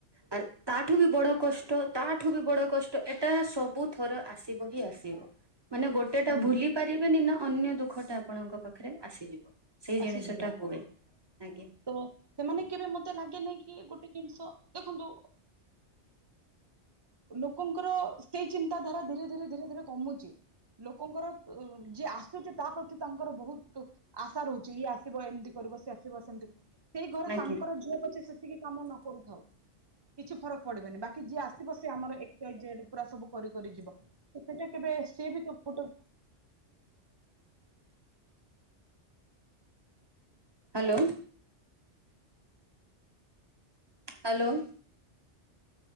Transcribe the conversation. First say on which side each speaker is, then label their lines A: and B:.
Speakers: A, on the right; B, on the right.
A: ତା ତାଠୁ ବି ବଡ କଷ୍ଟ ତାଠୁ ବି ବଡ କଷ୍ଟ ଏଟା ସବୁ ଥର ଆସିବ ହିଁ ଆସିବ ମାନେ ଗୋଟେଟା
B: ହୁଁ
A: ଭୁଲି ପାରିବେନି ନା ଅନ୍ୟ ଦ ଦୁଖଟା ଆପଣଙ୍କ ପାଖରେ ଆସିଯିବ ସେଇ ଜିନିଷଟା
B: ଆସିଯିବ
A: ହୁଏ ଆଜ୍ଞା
B: ତ ସେମାନେ କେବେ ମତେ ଲାଗେ ନାଇଁ କି କି ଗୋଟେ ଜିନିଷ ଦେଖନ୍ତୁ ଲୋକଙ୍କର ସେଇ ଚିନ୍ତା ଧାରା ଧୀରେ ଧୀରେ ଧୀରେ ଧୀରେ କମୁଛି ଲୋକଙ୍କର ଯି ଆସୁଛି ତା ପ୍ରତି ତାଙ୍କର ବହୁତ ତୁ ଆସ ଇଏ ଆସିବ ଏମିତି କରିବ ସିଏ ଆସିବ ସେମିତି ସେଇ ଘରେ
A: ଆଜ୍ଞା
B: ତାଙ୍କର ଝିଅ ପଛେ ସେତିକି କାମ ନ କରୁଥାଉ କିଛି ଫରକ ପଡିବନି ବାକି ଯିଏ ଆସିବ ସି ଆମ ପୁରା ସବୁ କରି ଯିବ ତ ସେଇଟା କେବେ ସିଏ ବି ତ ଗୋଟ
A: ହ୍ୟାଲୋ ହ୍ୟାଲୋ